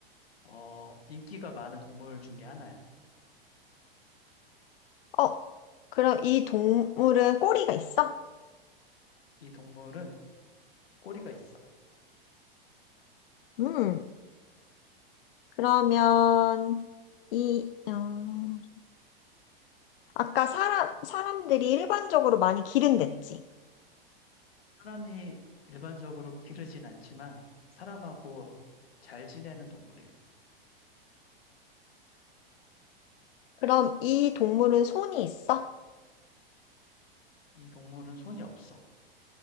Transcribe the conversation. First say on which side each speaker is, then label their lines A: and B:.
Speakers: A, on the left; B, on the left.
A: 어, 인기가 많은 동물 중에 하나야.
B: 어, 그럼 이 동물은 꼬리가 있어?
A: 이 동물은 꼬리가 있어.
B: 음, 그러면 이 어, 아까 사람 사람들이 일반적으로 많이 기른댔지?
A: 사람이 일반적으로 기르진 않지만 사람하고 잘 지내는 동물이야.
B: 그럼 이 동물은 손이 있어?
A: 이 동물은 손이 없어.